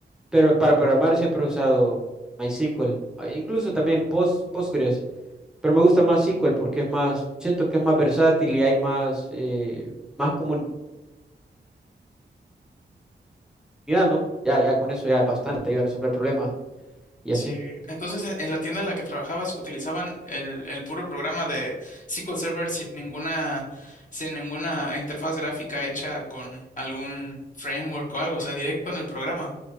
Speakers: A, in the centre; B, on the left (about 45°).
A: pero para programar siempre he usado MySQL, ah, incluso también Post, Postgres, pero me gusta más SQL porque es más, siento que es más versátil y hay más, eh, más comunidad, ¿no? Ya, ya con eso ya es bastante, ayuda a resolver problemas y
B: sí.
A: así.
B: Entonces, en en la tienda en la que trabajabas utilizaban el, el puro programa de SQL Server sin ninguna, sin ninguna interfaz gráfica hecha con algún framework o algo, o sea, directo en el programa.